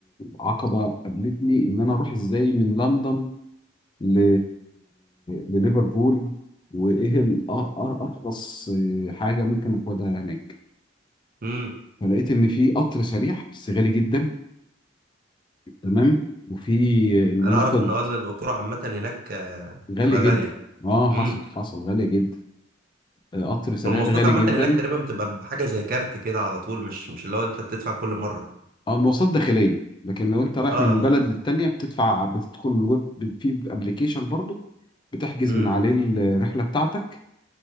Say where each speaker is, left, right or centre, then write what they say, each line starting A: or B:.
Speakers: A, on the left; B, on the right.
A: عقبه قابلتني ان انا اروح ازاي من لندن ل... لليفربول وايه الأ- أر- ارخص آه، حاجه ممكن اخدها هناك
B: امم
A: فلقيت ان في قطر سريع بس غالي جدا تمام وفي ان
B: انا
A: انا
B: اعرف
A: اخد
B: ان اه إن القطورة عامة هناك آه
A: غالي
B: بتبقى
A: جدا
B: غالية
A: اه حصل
B: امم
A: حصل غالي جدا آه، قطر سريع
B: والمواصلات
A: ده غالي
B: عامة
A: جدا
B: هناك تقريبا بتبقى بحاجة زي كارت كده على طول مش مش اللي هو انت بتدفع كل مرة
A: اه المواصلات داخليه لكن لو انت رايح
B: اه اه
A: من بلد للتانيه بتدفع بتدخل الويب في ابلكيشن برضو بتحجز
B: امم
A: من عليه الرحله بتاعتك